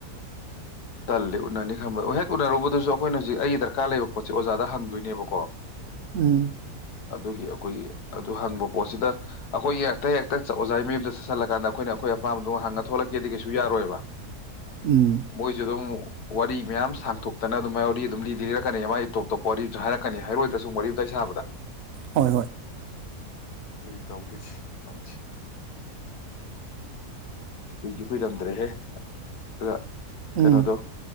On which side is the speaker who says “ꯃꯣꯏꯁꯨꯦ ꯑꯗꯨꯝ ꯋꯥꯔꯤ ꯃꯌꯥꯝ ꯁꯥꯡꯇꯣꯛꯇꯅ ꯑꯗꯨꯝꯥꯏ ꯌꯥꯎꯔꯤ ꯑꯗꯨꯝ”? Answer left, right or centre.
Left